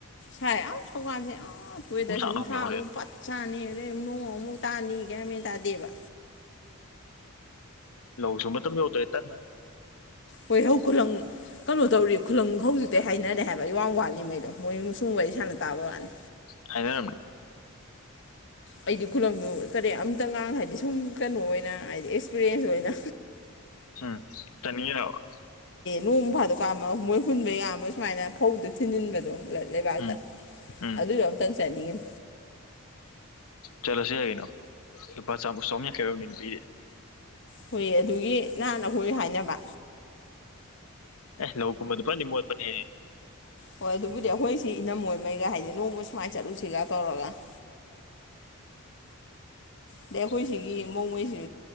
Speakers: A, on the left (about 55°); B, on the left (about 80°).
A: ꯍꯣꯢ ꯑꯁ <unintelligible> ꯑꯥ ꯋꯦꯗꯔꯁꯦ
B: ꯑꯗꯨꯝ ꯆꯥꯛꯅ
A: ꯅꯨꯡꯁꯥ
B: ꯑꯃ ꯌꯥꯎꯔꯦ
A: ꯑꯃꯨꯛ
B: ꯑꯗꯨꯝ
A: ꯐꯠ ꯁꯥꯅꯤ ꯅꯣꯡ ꯑꯃꯨꯛ ꯇꯥꯅꯤ ꯒ꯭ꯌꯥꯟ ꯃꯦꯟ ꯇꯥꯗꯦꯕ
B: ꯂꯧꯁꯨ ꯃꯇꯝ ꯍꯧꯔꯛꯇꯣꯔꯦ ꯅꯟꯕ
A: ꯌꯣꯢ ꯍꯧ ꯈꯨꯨꯂꯪ ꯀꯩꯅꯣ ꯇꯧꯔꯤ ꯈꯨꯂꯪ ꯍꯧꯖꯤꯛꯇꯩ ꯍꯥꯏꯅꯔꯦ ꯍꯥꯏꯕ ꯑꯩ ꯋꯥꯡ ꯋꯥꯠꯂꯤꯉꯩꯗꯣ ꯃꯣꯏ ꯁꯨꯝ ꯋꯥꯔꯤ ꯁꯥꯟꯅ ꯇꯥꯕ ꯋꯥꯅꯤ
B: ꯍꯥꯏꯅꯔꯝꯅꯦ
A: ꯑꯩꯗꯤ ꯈꯨꯂꯪꯗꯨ ꯀꯔꯤ <unintelligible> ꯍꯥꯏꯕꯗꯤ ꯁꯨꯝ ꯀꯩꯅꯣ ꯑꯣꯏꯅ ꯍꯥꯏꯗꯤ ꯑꯦꯛꯁꯄꯤꯔꯤꯌꯦꯟꯁ ꯑꯣꯏꯅ
B: ꯎꯝ ꯇꯝꯅꯤꯡꯉꯤꯔꯕ
A: ꯅꯣꯡꯃ ꯐꯥꯗꯣꯛ ꯀꯥ ꯃꯣꯏ ꯍꯨꯟꯕ ꯌꯥꯕ ꯁꯨꯃꯥꯏꯅ ꯐꯧꯗꯣ ꯊꯤꯟꯖꯤꯟꯕꯗꯣ ꯂꯩꯕꯥꯛꯇ
B: ꯎꯝ ꯎꯝ
A: ꯑꯗꯨꯁꯨ ꯑꯝꯇꯪ ꯆꯠꯅꯤꯡꯉꯤꯝ
B: ꯆꯂꯨꯁꯤ ꯌꯥꯏ ꯀꯩꯅꯣ ꯂꯨꯄꯥ ꯆꯃ ꯆꯍꯨꯝ ꯌꯥꯡꯈꯩ ꯑꯣꯢꯔꯝꯅꯤ ꯀꯩꯅꯣ ꯅꯨꯄꯤꯒꯤ
A: ꯍꯣꯏ ꯑꯗꯨꯒꯤ ꯅꯍꯥꯟ ꯑꯈꯣꯏ ꯍꯥꯏꯅꯕ
B: ꯑꯦ ꯂꯧ ꯀꯨꯝꯕꯗꯣ ꯐꯖꯅꯗꯤ ꯃꯣꯠꯄꯅꯦꯍꯦ
A: ꯍꯣꯏ ꯑꯗꯨꯕꯨꯗꯤ ꯑꯩꯈꯣꯏ ꯁꯤ ꯏꯅꯝꯃ ꯃꯣꯏꯉꯩꯒ ꯍꯥꯏꯗꯤ ꯅꯣꯡꯃ ꯁꯨꯃꯥꯏꯅ ꯆꯠꯂꯨꯁꯤꯒ ꯇꯧꯔꯒ <inaudible> ꯑꯗꯩ ꯑꯩꯈꯣꯏ ꯁꯤꯒꯤ ꯅꯨꯡꯉꯥꯏ